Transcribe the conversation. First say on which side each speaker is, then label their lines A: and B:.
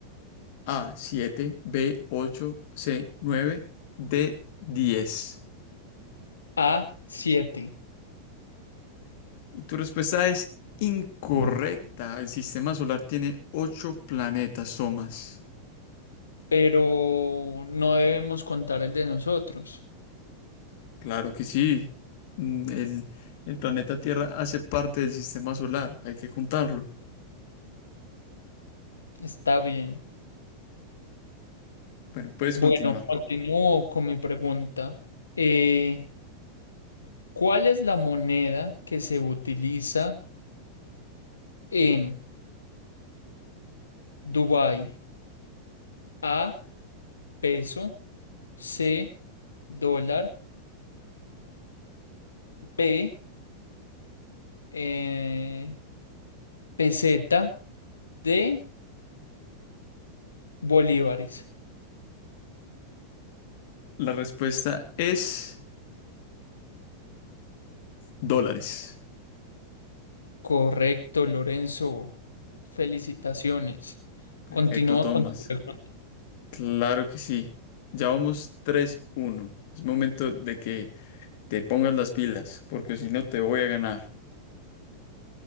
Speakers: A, on the left; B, on the left.
A: a siete, b ocho, c nueve, d diez.
B: A. siete,
A: Y tu respuesta es incorrecta. El sistema solar tiene ocho planetas, Somas.
B: Pero no debemos contar el de nosotros.
A: Claro que sí. Mm, El, el planeta Tierra hace parte del sistema solar. Hay que juntarlo.
B: Está bien.
A: Bueno, puedes
B: Bueno,
A: continuar.
B: continúo con mi pregunta. Eh, ¿cuál es la moneda que se utiliza en Dubái? A, peso, C, dólar, B, eh, peseta, D, bolívares.
A: La respuesta es dólares.
B: Correcto, Lorenzo. Felicitaciones.
A: Perfecto,
B: Continúa
A: Tomás.
B: con tu pregunta.
A: Claro que sí. Ya vamos tres uno. Es momento de que te pongas las pilas, porque si no te voy a ganar.